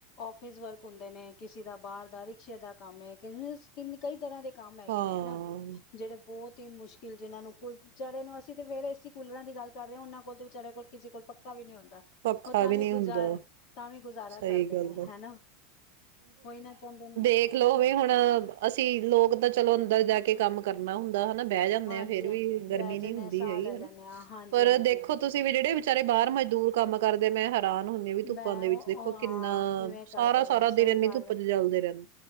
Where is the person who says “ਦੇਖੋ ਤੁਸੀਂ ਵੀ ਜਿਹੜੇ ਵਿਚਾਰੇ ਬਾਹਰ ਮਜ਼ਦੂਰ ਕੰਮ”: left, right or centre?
Right